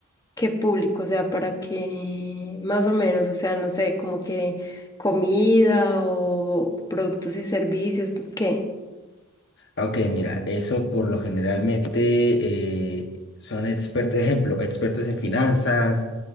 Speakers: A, on the left; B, on the left.
A: qué público, o sea, para que más o menos, o sea, no sé, como que comida o productos y servicios, ¿qué?
B: Ok, mira, eso por lo generalmente eh, son expertos, ejemplo, expertos en finanzas,